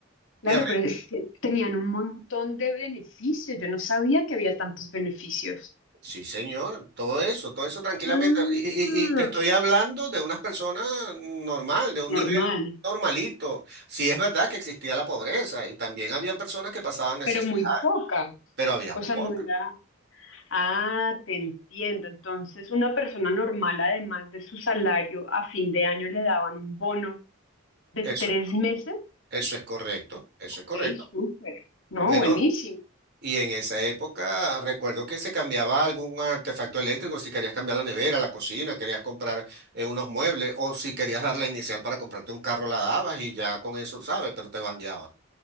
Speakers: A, on the right (about 55°); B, on the left (about 65°).
A: y
B: Claro,
A: el
B: pero es que tenían un montón de beneficios. Yo no sabía que había tantos beneficios.
A: Sí, señor, todo eso, todo eso tranquilamente.
B: Ah,
A: Y, y- y te estoy hablando de unas personas normal, de un
B: normal,
A: nivel normalito. Sí es verdad que existía la pobreza y también habían personas que pasaban necesidad,
B: pero muy poca.
A: pero había
B: O
A: poca.
B: sea, no era. Ah, te entiendo. Entonces, una persona normal, además de su salario, a fin de año le daban un bono de
A: Eso,
B: tres meses.
A: eso es correcto, eso
B: Ok,
A: es correcto.
B: súper. No,
A: Bueno,
B: buenísimo.
A: y en esa época recuerdo que se cambiaba algún artefacto eléctrico, si querías cambiar la nevera, la cocina, querías comprar eh, unos muebles o si querías dar la inicial para comprarte un carro, la dabas y ya con eso, ¿sabes? Pero te bandeaba.